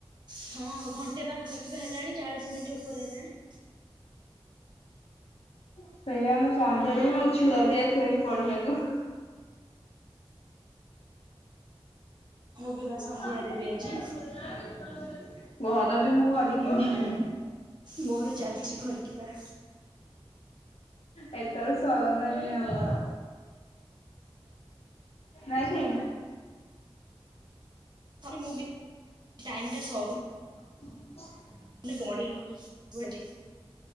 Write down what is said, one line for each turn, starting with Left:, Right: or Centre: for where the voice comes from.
Right: ହଁ ଘଣ୍ଟେ ପାଖାପାଖି ବା ହେଲାଣି ଚାଳିଶ ମିନିଟ ଉପରେ ହେଲାଣି।
Left: ସେଇଆ ମୁଁ ସନ୍ଧ୍ୟା ଦିଏ ମୋର ଛୁଆ ବି ଆସିବେଣି ପଢିଆକୁ।
Right: ବି ବା
Left: ମୁଁ
Right: ସନ୍ଧ୍ୟାରେ
Left: ପଚ ଆସ
Right: ବି
Left: ହେଇ <unintelligible>
Right: ଆଜି
Left: ଘର ବି ମୁଁ ଖରିକି ନାହିଁ।
Right: ମୋର ଚାଲିଛି ଘରିକିବା।
Left: ଏତବେଳୁ ସରନ୍ତାଣି ଆମ ନାଇଁ କି!
Right: ମୁଁ ଟାଇମ ଟା ସରୁ
Left: ହ
Right: <unintelligible> ବଢ଼ିବ ନିହାତି।